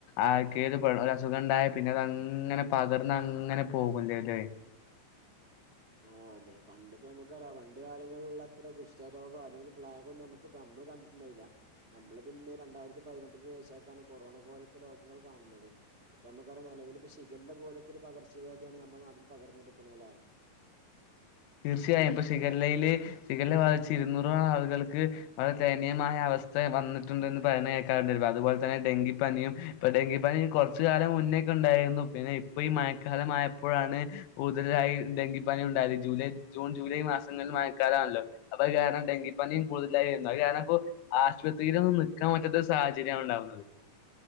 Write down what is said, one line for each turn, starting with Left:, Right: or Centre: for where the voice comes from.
Left: ആർക്ക് ഒരു <unintelligible> ഒര് അസുഖം ഇണ്ടായ പി പിന്നെ അതങ്ങനെ പകർന്ന് അങ്ങനെ പോകുല്ലേല്ലേ.
Right: ആഹ് അതെ പണ്ട് ഇപ്പോ നമുക്ക് <unintelligible> പണ്ട് കാലങ്ങളുള്ള അത്ര കുഷ്ട രോഗോ അല്ലെങ്കിൽ പ്ലാഗോ നമ്മക്ക് പ നമ്മള് കണ്ടിട്ടുണ്ടായി ഇല്ല, നമ്മള് പിന്നെ രണ്ടായിരത്തി പതിനെട്ടിന് ശേഷയിട്ടാണ് കൊറോണ പോലത്തെ രോഗങ്ങൾ കാണുന്നത്, ഇപ്പ <unintelligible> നെലവിൽ ഇപ്പ ഷിഖല്ല പോലത്തൊരു പകർച്ചവ്യാധിയാണ് നമ്മടെ നാട്ടിൽ പകർന്നു കൊണ്ടടിക്കന്നത് അല്ലെ
Left: തീർച്ചയായും ഇപ്പ ഷിഖല്ലയില് ഷിഖല്ല ബാധിച്ച് ഇരുന്നൂറോളം ആളുകൾക്ക് വളരെ ദയനീയമായ അവ സ്ഥ വന്നിട്ടുണ്ടെന്ന് പറയന്ന കേൾക്കാണ്ട അതുപോലെ തന്നെ ഡെങ്കിപ്പനിയും ഇപ്പ ഡെങ്കിപനി കൊറച്ച് കാലം മുന് <unintelligible> ഉണ്ടായിരുന്നു പിന്നെ ഇപ്പ ഈ മയക്കാലമായപ്പോഴാണ് കൂടുതലായി ഡെങ്കിപ്പനി ഉണ്ടായത്. ജൂലൈ ജൂൺ ജൂലൈ മാസങ്ങളിൽ മയക്കാലാണല്ലോ അപ്പ അത് കാരണം ഡെങ്കിപ്പനിയും കൂടുതലായിരുന്നു അത് കാരണം ഇപ്പോ ആശുപത്രിയിലൊന്നും നിക്കാൻ പറ്റാത്ത സാഹചര്യം കൊണ്ട വന്നത്.